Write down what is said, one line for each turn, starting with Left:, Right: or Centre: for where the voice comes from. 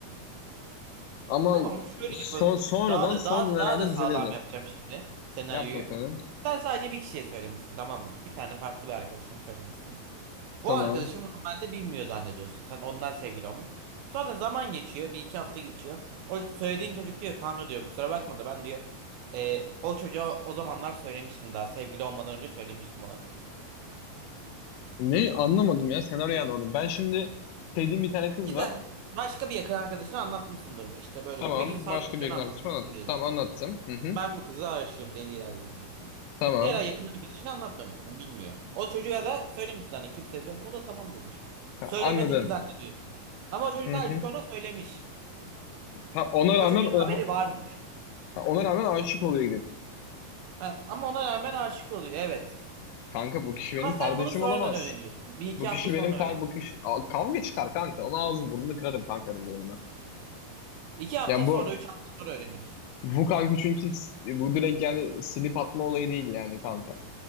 Left: Ama
Right: Tamam şöyle
Left: son,
Right: yapalım.
Left: sonradan
Right: Daha da
Left: sonradan
Right: daha da daha
Left: herhalde
Right: da
Left: düzelirdi.
Right: sağlam yapacağım şimdi senaryoyu.
Left: Yap bakalım.
Right: Sen sadece bir kişiye söylemişsin tamam mı? Bir tane farklı bir arkadaşına söylemişsin. Bu
Left: Tamam.
Right: arkadaşın normalde bilmiyor zannediyorsun. Sen ondan sevgili olmuş. Sonra zaman geçiyor. Bir iki hafta geçiyor. O söylediğin çocuk diyor kanka diyor kusura bakma da ben diyor "e, o çocuğa o zamanlar söylemiştim daha sevgili olmadan önce söylemiştim ona diyor.
Left: Ne anlamadım ya. Senaryoyu anlamadım. Ben şimdi sevdiğim bir tane kız
Right: Giden
Left: var.
Right: başka bir yakın arkadaşına anlatmışsın durumu. İşte böyle
Left: Tamam.
Right: böyle. Bir gün sarhoşken
Left: Başka bir yakın
Right: anlatmışsın
Left: arkadaşım anlat.
Right: diyelim.
Left: Tamam anlattım. Hı hı.
Right: Ben bu kıza aşığım deliler gibi diyorsun.
Left: Tamam.
Right: Diğer ay yakın arkadaşını anlatmamışsın bilmiyor. O çocuğa da söylemişsin hani kimseye söyleme o da tamam demiş. Söylemediğini
Left: Ha, anladım.
Right: zannediyorsun. Ama o çocuk
Left: Hı
Right: halbuki
Left: hı.
Right: ona söylemiş.
Left: Ha, ona rağmen
Right: O çocuğun
Left: o
Right: haberi varmış.
Left: ha, ona rağmen aşık oluyor gidip.
Right: Ha, ama ona rağmen aşık oluyor evet.
Left: Kanka bu kişi benim
Right: Ama
Left: kardeşim
Right: sen bunu sonradan
Left: olamaz.
Right: öğreniyorsun. Bir iki
Left: Bu kişi
Right: hafta sonra
Left: benim kar
Right: öğreniyorsun.
Left: bu kişi Aa, kavga çıkar kanka. Ona ağzını burnunu kırarım kanka öyle bir durumda.
Right: İki hafta
Left: Yani
Right: sonra
Left: bu
Right: üç hafta sonra öğreniyorsun.
Left: bu kanka çünkü s- bu direkt yani silip atma olayı değil yani kanka.